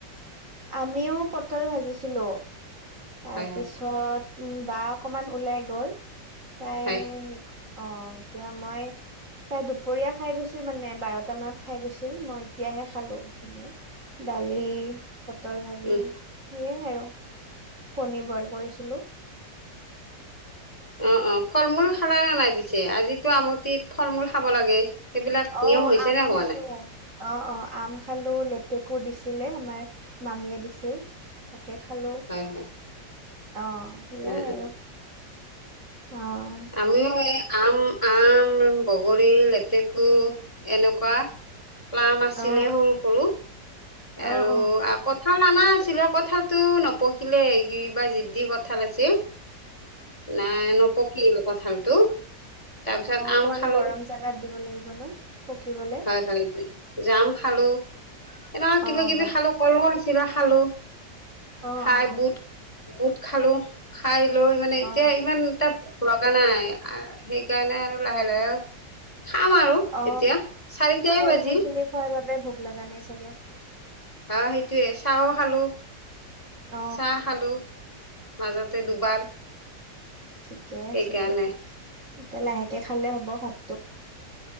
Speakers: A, on the right; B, on the left.
A: আমিও পটল ভাজিছিলো, তাৰপিছত
B: হয় হয়
A: উম বা অকমান ওলাই গ'ল তাইৰ
B: হয়
A: অ এতিয়া মই তাই দুপৰীয়া খাই গৈছিল মানে বাৰটা মানত খাই গৈছিল মই এতিয়াহে খালো সেখিনিয়ে দালি, পটল ভাজি
B: উম
A: সেয়াই আৰু কণী বইল কৰিছিলো।
B: অঁ অঁ ফল মূল খালা নে নাই পিছে আজিতো আমঠিত ফল মূল খাব লাগে। সেইবিলাক
A: অঁ
B: নিয়ম হৈছে
A: আম
B: নে
A: খাইছো।
B: হোৱা নাই
A: অঁ অঁ আম খালো লেতেকো দিছিলে আমাৰ মামীয়ে দিছিল। তাকে খালো।
B: হয় হয়
A: অঁ সেইয়াই
B: উ
A: আৰু
B: উ
A: অঁ।
B: আমিও এই আম, আম, বগৰী, লেতেকু এনেকুৱা আম আছিলে
A: অ
B: সৰু-সৰু আৰু
A: অ অ অ
B: কথা ক অনা আছিলে কথাাতটো নপকিলে কিবা যিদি কঠাল আছিল। নাই নোপক কঠালতো। তাৰপিছত
A: অ অকমান
B: আম খালো।
A: গৰম জাগাত দিব লাগিব ন পকিবলে
B: হয়, হয়, আম খালোঁ। এনেকুৱা কিবা-কিবি
A: অ বাহ
B: খালোঁ কলো আছে খালোঁ
A: অ
B: খাই
A: অ
B: বুট, বুট খালোঁ। খাই লৈ মানে
A: অ
B: এতিয়া ইমান এটা ভোক লগা নাই। সেইকাৰণে, আৰু লাহে লাহে খাম আৰু
A: অ
B: এতিয়া চাৰিটাই
A: ফল
B: বাজিম।
A: মূল খিনি খোৱাৰ বাবে ভোক লাগা নাই চাগে?
B: আহ' সেইটোয়ে চাহো খালোঁ।
A: অ
B: চাহ খালো। মাজতে দুবাৰ।
A: ঠিকেই
B: সেইকাৰণে
A: আছে দিয়ক। এতিয়া লাহেকে খালে হ'ব ভাতটো।